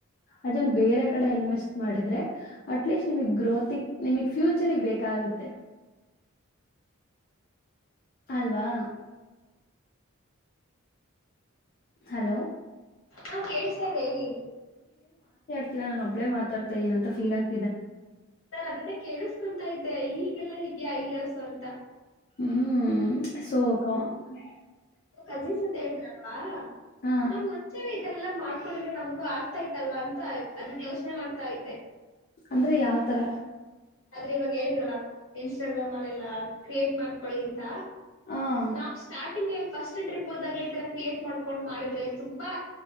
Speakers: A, on the left (about 45°); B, on the left (about 65°).
A: ಅದನ್ ಬೇರೆ ಕಡೆ ಇನ್ವೆಸ್ಟ್. ಮಾಡಿದ್ರೆ ಅಟ್ಲಿಸ್ಟ್ ನಿಮಗ್ ಗ್ರೋತಿಕ್ ನಿಮಗ್ ಫ್ಯೂಚರ್ಗ್ ಬೇಕಾಗುತ್ತೆ. ಅಲ್ವಾ ಹಲೋ-
B: ಹಾ ಕೇಳಿಸ್ತಾ ಇದ್ದ ಹೇಳಿ
A: ಇಲ್ಲ ನು ಒಬ್ಬೇ ಮಾತಾ ಇದನ ಅ ಫಲ್ ಆಗ್
B: ನಾನು ಅದನ್ನೇ ಕೇಳಿಸ್ಕೊತಾ ಇದ್ದಿ. ಈ ಹೀಗೆಲ್ಲ ಇದಿಯಾ ಆಐಡಿಯ ಸ ಅಂತ.
A: ಹ್ಮ್ ಸೋ <unintelligible>
B: ಕಜಿನ್ಸ್ ಅಂತ ಹೇಳಿದ್ರಲ್ವಾ
A: ಹ
B: ನಾ್ <unintelligible> ಈತರ ಎಲ್ಲಾ ಮಾಡ್ಕೊಂಡಿದವು ನಮ್ಗೂ ಆಗ್ತಾ ಇತ್ತಲ್ವಾ ಅಂತ ಅದನ್ನ ಯೋಚನೆ ಮಾಡ್ತಾ ಇದೆ.
A: ಅಂದ್ರೆ ಯಾವ್ತರ.
B: ಆದ್ರೆ ಇವಾಗ ಹೇಳಿದ್ರಲ್ಲ. ಇನ್ಸ್ಟಾಗ್ರಾಮ್ ಅಲ್ಲೆಲ್ಲ ಕ್ರಿಯೇಟ್ ಮಾಡ್ಕೊಳ್ಳಿ ಅಂತ.
A: ಹ
B: ನಾವು ಸ್ಟಾರ್ಟಿಂಗ್ ಫಸ್ಟ್ ಟ್ರಿಪ್ ಹೋದಾಗ್ಲ ಈ ತರ ಕ್ರಿಯೇಟ್ ಮಾಡ್ಕೊಂಡ್ ಮಾಡಿದ್ರೆ ತುಂಬಾ